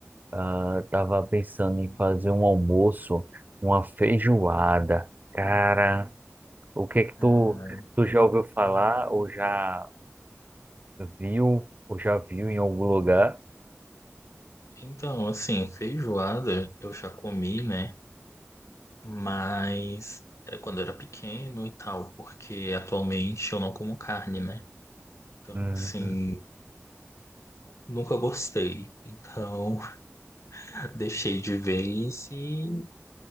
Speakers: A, on the right (about 40°); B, on the left (about 80°).
A: Ah, tava pensando em fazer um almoço, uma feijoada. Cara, o que que
B: Ah,
A: tu, tu já ouviu falar ou já viu ou já viu em algum lugar?
B: então, assim, feijoada eu já comi, né? Mas era quando eu era pequeno e tal, porque atualmente eu não como carne, né? Então,
A: Uhum.
B: assim, nunca gostei. Então, <laughs> deixei de vez e